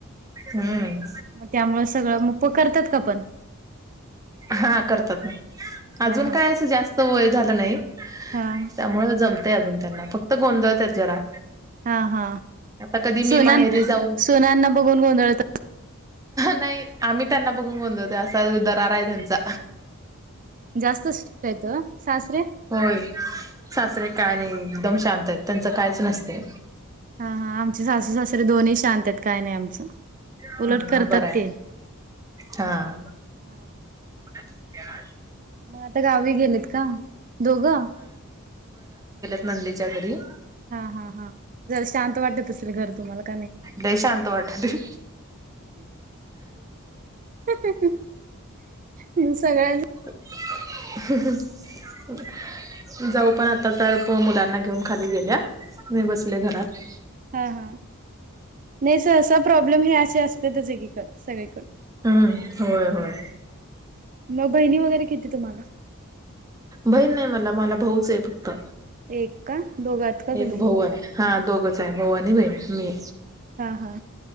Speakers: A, on the right (about 15°); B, on the right (about 40°).
A: हम्म.
B: मग त्यामुळे सगळं मग प करतात का पण.
A: हा करतात.
B: हा
A: अजून
B: हा
A: काय असं जास्त वय झालं नाही
B: हा
A: त्यामुळे जम अजून त्यांना फक्त गोंधळतात जरा.
B: हा हा
A: आता कधी मी
B: सुना
A: माहेरी जाऊ
B: सुनांना बघून गोंधळत.
A: नाही आम्ही त्यांना बघून गोधळते असा दरार आहे त्यांचा.
B: जास्त स्ट्रिक्ट आहेत ओ सासरे?
A: होय सासरे. काय नाही एकदम शांत आहेत त्यांचं कायच नसतय.
B: हा हा आमची सासू सासरे दोनही शांत आहेत काय नाही आमचं.
A: बरं
B: उलट करतात
A: मग बरं आहे
B: ते.
A: हा.
B: हा..
A: <unintelligible>
B: मग आता गावी गेलेत का दोघं.?
A: नणंदेच्या घरी.
B: हा हा हा जरा शांत वाटत असल घर तुम्हाला. का नाही.?
A: लय शांत वाटलय.
B: रिकामा ऑडिओ सगळ्या
A: रिकामा ऑडिओ जाऊ पण आता तर मुलांना घेऊन खाली गेल्या. नाही बसले घरात.
B: हा हा नाही सर असं प्रॉब्लेम हे असे असतेच एकीकडे सगळीकडून.
A: हम्म होय होय
B: मग बहिणी वगैरे किती तुम्हाला.?
A: बहीण नाही मला मला भाऊच आहे फक्त.
B: एक. का? दोघात का तुम्ही
A: एक भाऊ आहे हा दोघच आहे भाऊ आणि बहीण मी.
B: हा हा.